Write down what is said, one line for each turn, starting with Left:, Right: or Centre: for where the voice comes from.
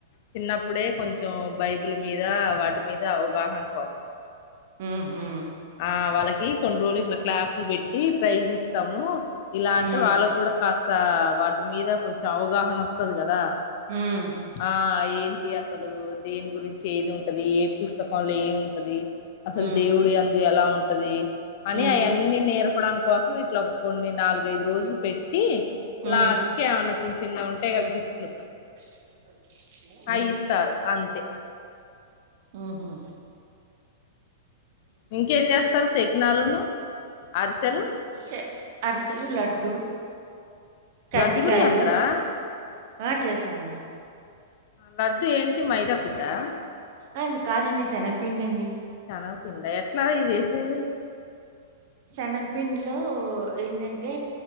Left: చిన్నప్పుడే కొంచెం బైబిల్ మీద, వాటి మీద అవగాహన కోసం
Right: ఊహు
Left: ఆ వాళ్ళకి కొన్ని రోజులు ఇట్లా క్లాసులు పెట్టి ప్రైజ్ ఇస్తాము. ఇలా అంటే
Right: హ్మ్.
Left: వాళ్ళ కూడా కాస్త వాటి మీద కొంచెం అవగాహన వస్తది కదా
Right: హ్మ్.
Left: ఆయిన్ అసలు దేని గురించి ఏది ఉంటది, ఏ పుస్తకంలో ఏం ఉంటది అసలు
Right: హ్మ్.
Left: దేవుడు అ ఎలా ఉంటది అని
Right: హ్మ్.
Left: అయన్నీ నేర్పడా కోసం ఇట్లా కొన్ని నాలుగైదు రోజులు పెట్టి
Right: హ్మ్.
Left: లాస్ట్ కి ఏమన్నా చిన్న చిన్న ఉంటయి గా గిఫ్ట్లు
Right: ఇద్దరం కాదు హలో
Left: అ ఇస్తారు అంతే
Right: ఉహు
Left: ఇంకేం చేస్తాం శకినాలును, అరిసెలు
Right: చె అరిసెలు, లడ్డూ, కజ్జికాయలు
Left: లడ్డు కూడా చేత్తరా
Right: ఆ చేస్తామండి
Left: లడ్డు ఏంటి మైదాపీండా?
Right: అది కాదండి శనగపిండి అండి
Left: చనగా పిండా ఎట్లా ఇది చేసేది?
Right: శనగపిండిలో ఏంటంటే?